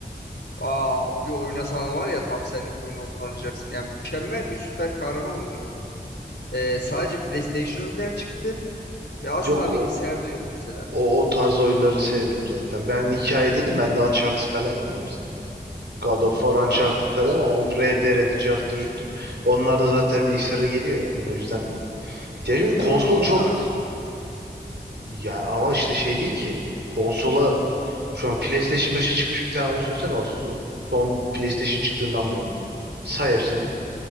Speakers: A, on the left; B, on the right.
A: Aa bir oynasan var ya tam senlik bir oyun olduğunu anlayacaksın. Yani mükemmel bir süper kahraman oyunu. E, sadece PlayStation özel çıktı ve asla
B: Yok o
A: bilgisayarda yok mesela.
B: o, o tarz oyunları sevmiyorum zaten. Ben hikaye dedim ben de Uncharted falan yani o yüzden. God of War, Uncharted
A: Ha
B: falan o RDR'dir, Charter'dır. Onlar da zaten bilgisayara geliyor ya. Onun o yüzden. Yani
A: ya
B: konsol
A: ama
B: çok
A: o da aksiyon.
B: ya ama işte şey değil ki. Konsola şu an PlayStation 5'e çıkmış bir tane oyun söylesene ama so- son PlayStation çıktığından bu yana. Say hepsini.